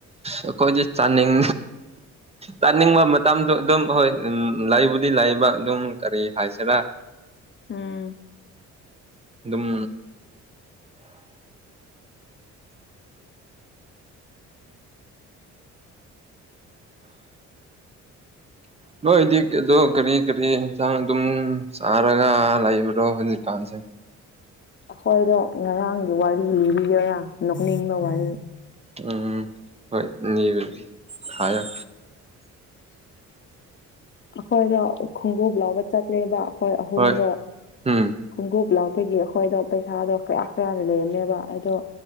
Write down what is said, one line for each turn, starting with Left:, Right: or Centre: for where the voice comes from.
Right: ꯑꯩꯈꯣꯏꯗꯤ ꯆꯥꯅꯤꯡ ꯆꯥꯅꯤꯡꯕ ꯃꯇꯝꯁꯨ ꯑꯗꯨꯝ ꯍꯣꯏ ꯎꯝ ꯂꯩꯕꯨꯗꯤ ꯂꯩꯕ ꯑꯗꯨꯝ ꯀꯔꯤ ꯍꯥꯏꯁꯤꯔꯥ
Left: ꯎꯝ
Right: ꯑꯗꯨꯝ ꯅꯣꯏꯗꯤ ꯀꯗꯣ ꯀꯔꯤ ꯀꯔꯤ ꯍꯛꯆꯥꯡ ꯑꯗꯨꯝ ꯆꯥꯔꯒ ꯂꯩꯕ꯭ꯔꯣ ꯍꯧꯖꯤꯛꯀꯥꯟꯁꯦ
Left: ꯑꯩꯈꯣꯏꯗꯣ ꯉꯔꯥꯡꯒꯤ ꯋꯥꯔꯤ ꯂꯤꯒꯔꯥ ꯅꯣꯛꯅꯤꯡꯕ ꯋꯥꯔꯤ
Right: ꯎꯝ ꯍꯣꯏ ꯂꯤꯔꯣ ꯍꯥꯏꯣ
Left: ꯑꯩꯈꯣꯏꯗꯣ ꯈꯣꯡꯎꯞ ꯂꯩꯕ ꯆꯠꯂꯦꯕ ꯑꯩꯈꯣꯏ ꯑꯍꯨꯝꯗꯣ
Right: ꯍꯣꯏ ꯎꯝ
Left: ꯈꯣꯡꯎꯞ ꯂꯩꯕꯒꯤ ꯑꯩꯈꯣꯏꯗꯣ ꯄꯩꯁꯥꯗꯣ ꯈꯔ ꯈꯔ ꯂꯩꯝꯃꯦꯕ ꯑꯗꯣ